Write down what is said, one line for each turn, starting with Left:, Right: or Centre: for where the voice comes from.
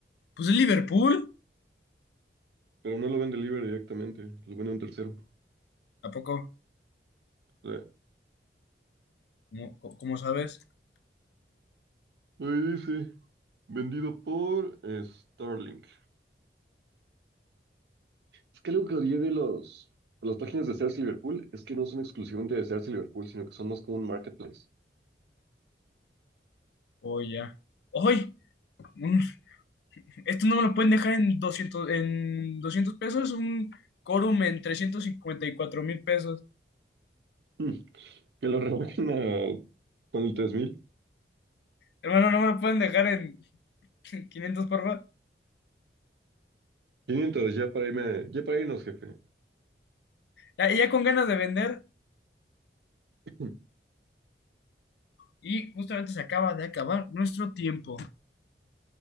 Left: pues es Liverpool.
Right: pero no lo vende libre directamente, lo vende un tercero.
Left: ¿A poco?
Right: O sea,
Left: ¿Cómo, cómo sabes?
Right: ahí dice, vendido por eh, Starlink. Es que algo que odié de los, de las páginas de Sears Liverpool es que no son exclusivamente de Sears Liverpool, sino que son más como un marketplace.
Left: Oye, ya. ¡Ay! No, no, no. Esto no me lo pueden dejar en 200, en 200 pesos, un quórum en 354 mil pesos.
Right: Mm, que lo rebajen a con el tres mil
Left: Hermano, no me lo pueden dejar en <laughs> 500, por favor.
Right: quinientos ya para irme, ya para irnos, jefe.
Left: Ya, ya con ganas de vender
Right: Hmm,
Left: y justamente se acaba de acabar nuestro tiempo.